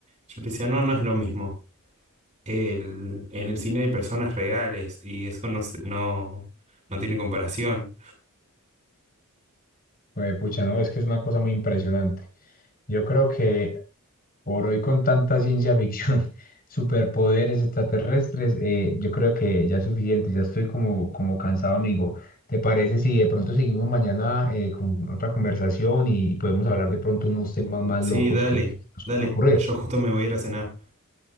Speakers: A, on the right; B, on the left.
A: Yo le decía, no, no es lo mismo. El- en el cine hay personas reales y eso no, se- no, no tiene comparación.
B: Güey, pucha, no, es que es una cosa muy impresionante. Yo creo que por hoy con tanta ciencia ficción, <laughs> superpoderes extraterrestres, eh, yo creo que ya es suficiente, ya estoy como, como cansado, amigo. ¿Te parece si de pronto seguimos mañana eh, con otra conversación y podemos hablar de pronto unos temas más
A: Sí,
B: locos
A: dale,
B: que nos
A: dale.
B: pueden ocurrir?
A: Yo justo me voy a ir a cenar.